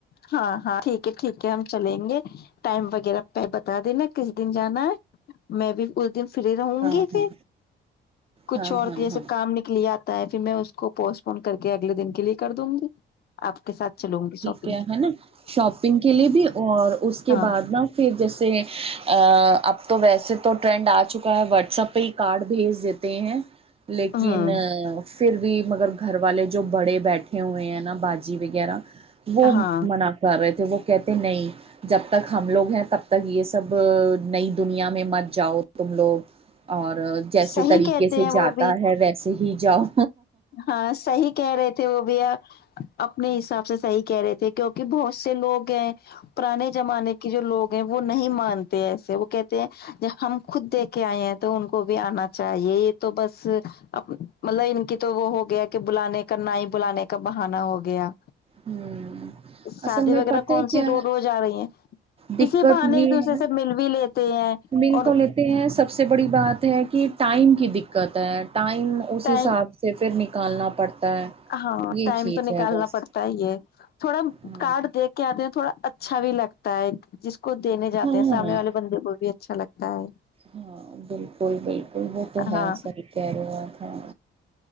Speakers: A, on the left; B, on the right.
A: ہاں ہاں ٹھیک ہے ٹھیک ہے ہم چلیں گے ٹائم وغیرہ پ بتا دینا کس دن جانا ہے میں بھی اس دن فری رہوں
B: ہاں
A: گی پھر
B: ہاں
A: کچھ
B: ہاں
A: اور
B: ہاں
A: کے ج
B: ہاں
A: سب کام نکل آ تا پھر میں اس کو پوسٹپون کر کے اگلے دن کے لیے کر دوں گی آپ کے ساتھ چلوں گی سب
B: کیا ہے نا شاپنگ کے لیے بھی اور اس کے
A: ہاں
B: بعد نا پھر جیسے اب تو ویسے تو ٹرینڈ آ چکا ہے واٹسپ پہ ہی کارڈ بھیج دیتے ہیں لیکن
A: ہوں
B: پھر بھی مگر گھر والے جو بڑے بیٹھے ہوئے ہیں نا باج جی وغیرہ وہ
A: ہاں
B: منع کر رہے تھے وہ کہتے نہیں جب تک ہم لوگ ہیں تب تک یہ سب نئی دنیا میں مت جاؤ تم لوگ اور جیسے
A: صحیح
B: طریقے
A: کہتے
B: سے
A: ہیں
B: جاتا
A: وہ بھی
B: ہے ویسے ہی جاؤ
A: ہاں صحی کہہ رہے تھے وہ بھی اپنے حساب سب سے صحیح کہہ رہے تھے کیوںکہ بہت سے لوگ ہیں پرانے زمانے کے جو لوگ ہیں وہ نہیں مانتے ایسے وہ کہتے ہیں ج ہم خود دیک کے آئے ہیں تو ان کو بھی آنا چاہیے یہ تو بس مطلب ان کی تو وہ ہو گیا کہ بلانے کا نہ ہی بلانے کا بہانا ہو گیا
B: ہوں
A: شادی
B: اصل میں
A: وغیرہ
B: پتہ
A: کون
B: ہے کیا
A: سی رو رو ج آ رہی ہیں
B: دقت
A: اسی بہان ایک
B: یہ
A: دوسرے
B: ہے نا
A: سے مل بھی لیتے ہیں
B: مل
A: اور
B: تو لیتے ہیں سب سے بڑی بات ہے کہ ٹائم کی دقت ہے ٹائم اس
A: ٹائم
B: حساب سے پھر نک نکالنا پڑتا ہے
A: ہاں
B: یہ
A: ٹائم
B: چیز
A: تو نکالنا
B: ہے بس
A: پڑتا ہے یہ تھوڑا
B: ہاں
A: کارڈ دیکھ کے آتے ہیں تھوڑا اچا اچھا بھی لگتا ہے ایک جس کو دینے جاتے
B: ہاں
A: ہیں سامنے والے بندے کو بھی اچھا لگتا ہے
B: ہاں بالکل بالکل وہ تو ہےسح
A: ہاں
B: کہہ رہا تھا